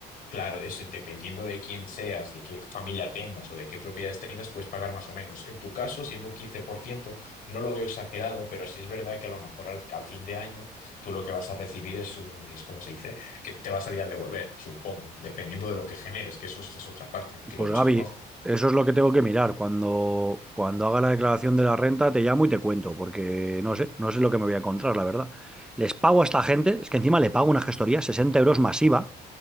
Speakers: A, on the left (about 55°); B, in the centre.
A: claro, es dependiendo de quién seas, de qué familia tengas o de qué propiedades tengas, puedes pagar más o menos. En tu caso, siendo un 15%, no lo veo exagerado, pero sí es verdad que a lo mejor al, al fin de año tú lo que vas a recibir es, un, es como se dice, que te va a salir a devolver, supongo, dependiendo de lo que generes, que eso es, es otra parte, que
B: Pues
A: lo desconozco.
B: Gaby, eso es lo que tengo que mirar. Cuando, cuando haga la declaración de la renta, te llamo y te cuento, porque no sé, no sé lo que me voy a encontrar, la verdad. Les pago a esta gente, es que encima le pago una gestoría, 60 euros masiva,